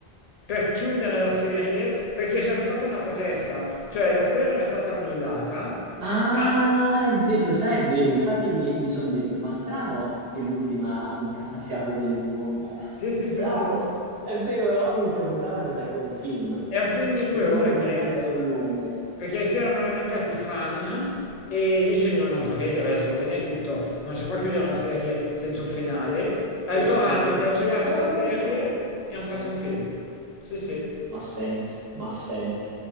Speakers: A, on the left; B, on the right.
A: per chiudere la serie perché c'era stata una protesta, cioè la serie era stata annullata,
B: Ah,
A: ma
B: è ve- lo sai, è vero. Infatti, io mi, sono detto: ma strano che l'ultima puntata <laughs> sia così lunga. <laughs>
A: sì, sì,
B: Bravo,
A: sì, sì,
B: è vero, però l'ultima puntata mi sa che è un film.
A: è un film di due
B: E comunque
A: ore,
B: le
A: credo,
B: puntate sono lunghe.
A: perché si erano lamentati i fan e dicendo non potete, adesso va bene tutto, ma non si può chiudere una serie senza un finale, allora
B: Sì, sì, sì,
A: hanno
B: sì. E
A: cancellato
B: non
A: la serie
B: me lo ricordo troppo.
A: e hanno fatto
B: Eh,
A: un film. Sì, sì.
B: Ma senti, ma senti.